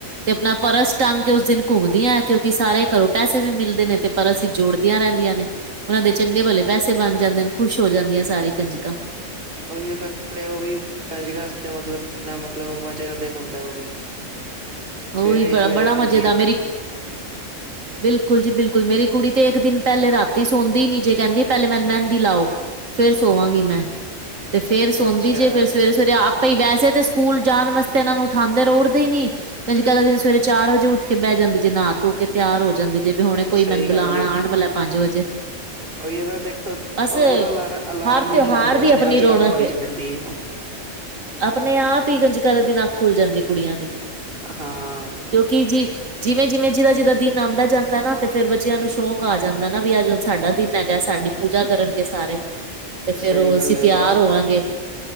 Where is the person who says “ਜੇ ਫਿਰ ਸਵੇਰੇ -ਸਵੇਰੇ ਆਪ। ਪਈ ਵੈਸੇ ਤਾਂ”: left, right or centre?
Right